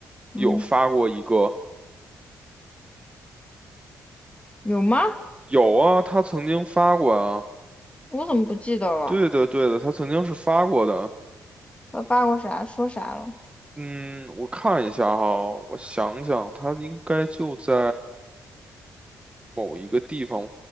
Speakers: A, on the left; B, on the right.
A: 嗯，
B: 有发过一个，
A: 有吗？
B: 有啊，他曾经发过啊，
A: 我怎么不记得了？
B: 对的对的，他曾经是发过的。
A: 他发过啥？说啥了？
B: 嗯，我看一下哈，我想想，他应该就在某一个地方